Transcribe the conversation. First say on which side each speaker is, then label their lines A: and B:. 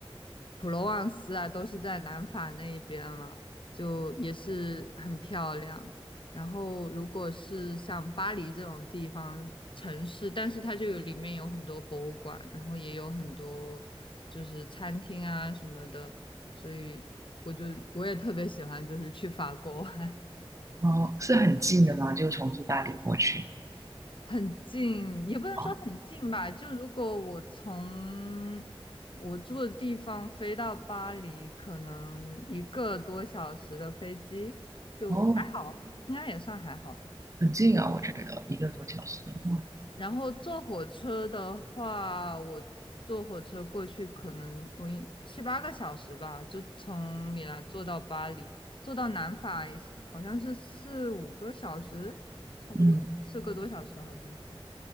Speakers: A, on the left (about 55°); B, on the right (about 30°).
A: 普罗旺斯啊，都是在南法那一边嘛，就也是很漂亮。然后如果是像巴黎这种地方城市，但是它就有里面有很多博物馆，然后也有很多就是餐厅啊什么的，所以我就我也特别喜欢就是去法国玩。
B: 哦，是很近的吗？就从意大利过去？
A: 很近，也不能说很近吧。
B: 哦，
A: 就如果我从我住的地方飞到巴黎，可能一个多小时的飞机，就还好，
B: 哦，
A: 应该也算还好的。
B: 很近啊，我觉得一个多小时的话，
A: 然后坐火车的话，我坐火车过去，可能我一七八个小时吧，就从米兰坐到巴黎，坐到南法也是好像是四五个小时，差不多四个多小时，
B: 嗯，
A: 好像是，